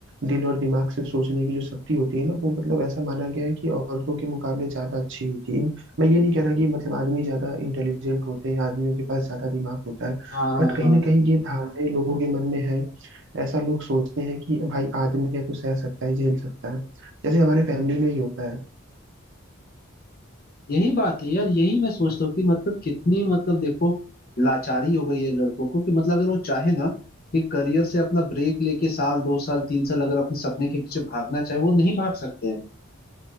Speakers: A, on the right; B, on the left.
A: दिल और दिमाग से सोचने की जो शक्ति होती है ना वो मतलब ऐसा माना गया है कि औरतों के मुकाबले ज्यादा अच्छी होती है मैं ये नहीं कह रहा कि मतलब आदमी ज्यादा इंटेलिजेंट होते हैं आदमियों के पास ज्यादा दिमाग होता है
B: हाँ
A: बट
B: हाँ
A: कहीं
B: हाँ
A: ना कहीं ये धारणाएं लोगों के मन में है ऐसा लोग सोचते हैं कि भाई आदमी है तो सह सकता है झेल सकता है जैसे हमारे फैमिली में ही होता है
B: यही बात है यार यही मैं सोचता हूँ कि मतलब कितनी मतलब देखो लाचारी हो गई है लड़कों को कि मतलब अगर वो चाहे ना कि करियर से अपना ब्रेक लेके साल दो साल तीन साल अगर अपने सपने के पीछे भागना चाहे वो नहीं भाग सकते हैं